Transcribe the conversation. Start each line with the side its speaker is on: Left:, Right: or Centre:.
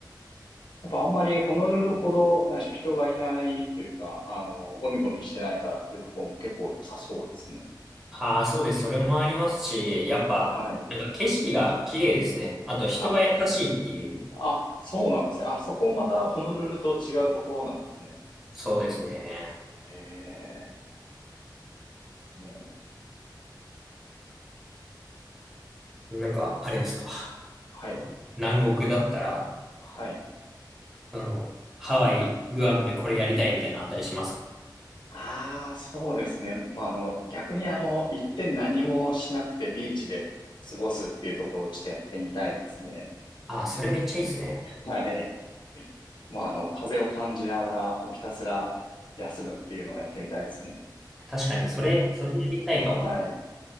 Left: やっぱあんまりホノルルほど、何でしょう、人がいないというか、あの、ゴミゴミしてないからっていうところも結構良さそうですね。
Centre: ああ、そうです。それもありますし、やっぱ、
Left: はい。
Centre: なんか景色が綺麗ですね。あと人が優しいっていう。
Left: あ、あ、そうなんですね。あ、そこもまたホノルルと違うところなんですね。
Centre: そうですね。
Left: ええですね。
Centre: なんか、あれですか。
Left: はい。
Centre: 南国だったら、
Left: はい。
Centre: あの、ハワイ、グアムでこれやりたいみたいなのあったりします。
Left: ああ、そうですね。まあ、あの、逆にあの、一点何もしなくてビーチで過ごすっていうところをちょっとやってみたいですね。
Centre: ああ、それめっちゃいいですね。
Left: はい。もうあの、風を感じながら、もうひたすら休むっていうのをやってみたいですね。
Centre: 確かに、それ、それやりたいかも。
Left: はい。